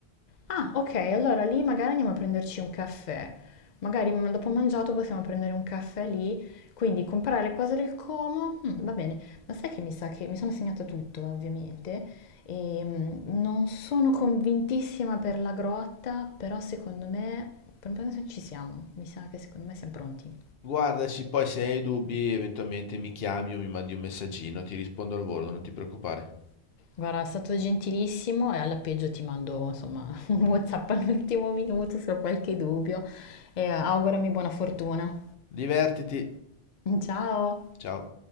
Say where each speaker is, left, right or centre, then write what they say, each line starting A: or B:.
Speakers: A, on the left (about 50°); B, on the left (about 65°).
A: Ah, ok, allora lì magari andiamo a prenderci un caffè. Magari mm, dopo mangiato possiamo prendere un caffè lì, quindi comprare le cose del Como, mm, va bene. Ma sai che mi sa che mi sono segnata tutto, eh, ovviamente, e mm, non sono convintissima per la grotta, però secondo me, per un po' ci siamo, mi sa che secondo me siamo pronti.
B: Guardaci, poi se hai dubbi eventualmente mi chiami o mi mandi un messaggino, ti rispondo al volo, non ti preoccupare.
A: Guarda, è stato gentilissimo e alla peggio ti mando, insomma, <laughs> un WhatsApp all'ultimo minuto se ho qualche dubbio e augurami buona fortuna.
B: Divertiti,
A: Ciao!
B: ciao.